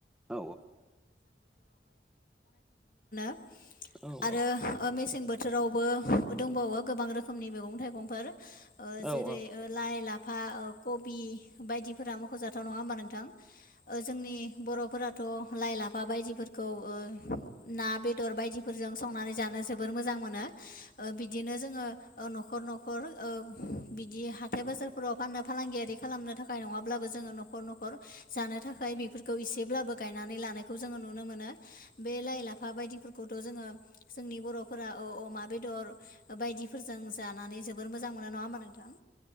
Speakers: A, in the centre; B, on the left.
A: औ
B: <inaudible> आरो
A: औ
B: मेसें ओ बोथोरावबो दंबावो गोबां रोखोमनि मैगं-थाइगंफोर ओ
A: औ
B: जेरै
A: औ औ
B: लाइ, लाफा, कबि बायदिफोरा मख जाथाव नङा होमबा नोंथां। ओ जोंनि बर' फोरा थ' लाइ, लाफा बायदिफोरखौ ओ ना बेदर बायदिफोरजों संनानै जानो जोबोर मोजां थां मोना बिदिनो जोङो नखर नखर ओ बिदि हाथाय बाजारफोराव फाननो फालांगियारि खालामनो थाखाय नङाब्लाबो जों जोङो नखर नखर जानो थाखाय बेफोरखौ एसेब्लाबो गायनानै लानायखौ जोङो नुनो मोनो। बे लाइ, लाफा बायदिफोरखौथ जोङो जोंनि बर'फोरा अ-अ-अमा बेदर। बायदिफोरजों जानानै जोबोर मोजां मोनो नङा होमबा नोंथां